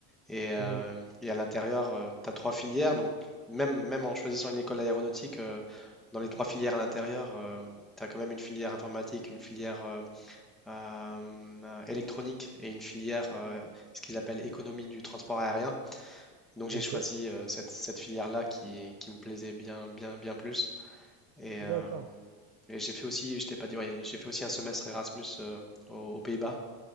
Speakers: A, in the centre; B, on the right (about 55°).
A: Et, euh,
B: Mhm.
A: et à l'intérieur, tu as trois filières. Donc, même, même en choisissant une école aéronautique, euh, dans les trois filières à l'intérieur, tu as quand même une filière informatique, une filière euh, euh, euh, électronique et une filière, euh, ce qu'ils appellent économie du transport aérien. Donc,
B: Ok,
A: j'ai choisi euh, cette, cette filière-là qui, qui me plaisait bien, bien, bien plus. Et,
B: d'accord.
A: euh, et j'ai fait aussi, je t'ai pas dit, ouais, j'ai fait aussi un semestre Erasmus euh, aux aux Pays-Bas